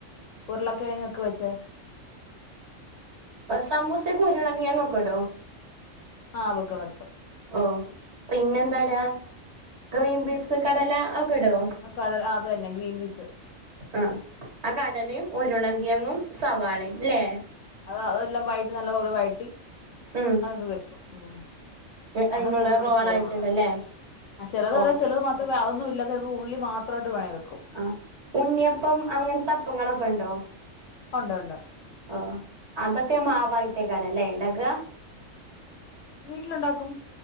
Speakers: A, on the left; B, on the right.
A: ഉരുളക്കിഴങ്ങ ഒക്കെ വെച്ച
B: സമൂസക്കരുളങ്കി അങ്ങൊക്കിടൂവോ
A: അവക്കെ വെക്കം
B: ഓ പിന്നെ എന്താട ഗ്രീൻ ബീസ് കടല <unintelligible>
A: കടല അത് തന്നെ ഗ്രീൻ പീസ്
B: ആ ആ കടലയും ഉരുളങ്കിയങ്ങും സവാളയുംല്ലേ
A: അത അതെല്ലാം വയട്ടി നല്ലതോള വഴറ്റി
B: ഉം
A: അതെത് വെക്കും ഉം അങ്ങനെ
B: അയിനുള്ള
A: കൂടുതല്
B: റോളായിട്ടുണ്ടല്ലേ
A: ചെയ്യാനുള്ള ആഹ് ചെലതത്
B: ഓ
A: ചെലത് മാത്രമേ അതൊന്നും ഇല്ലാതെ ഉള്ളി മാത്രമായിട്ട് വേണേ വെ
B: ആഹ് ഉണ്ണിയപ്പം അങ്ങനത്തെ അപ്പങ്ങളൊക്കെ എണ്ടോ
A: ഒണ്ടൊണ്ട്‌
B: ആഹ് അതൊക്കെ മാവായിത്തേക്കാരല്ലേ എണ്ടാക്ക
A: വീട്ടിലുണ്ടാക്കും